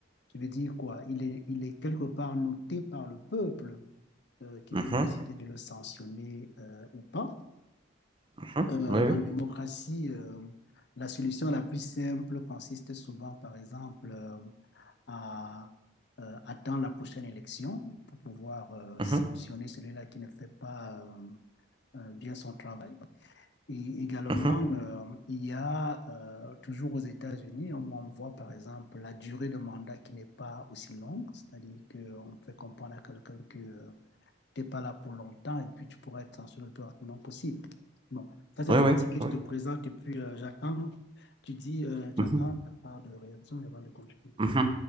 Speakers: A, on the left; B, on the right.
A: je veux dire quoi, il est, il est quelque part noté par le peuple euh, qui
B: mhm,
A: peut décider de le sanctionner euh, ou pas.
B: mhm.
A: Euh,
B: Oui, oui.
A: en démocratie, euh, la solution la plus simple consiste souvent, par exemple, euh, à euh, attendre la prochaine élection pour pouvoir euh,
B: mhm,
A: sanctionner celui-là qui ne fait pas euh, euh, bien son travail. Et également,
B: mhm.
A: euh, il y a euh, toujours aux États-Unis, où on voit par exemple la durée de mandat qui n'est pas aussi longue, c'est-à-dire qu'on fait comprendre à quelqu'un que tu n'es pas là pour longtemps et puis tu pourras être censuré le plus rapidement possible. Bon, ça c'est
B: Oui,
A: d'abord
B: oui,
A: ce que
B: oui.
A: je te présente et puis euh, j'attends. Tu dis, euh, j'attends
B: Mhm,
A: ta part de réaction avant de continuer.
B: mhm.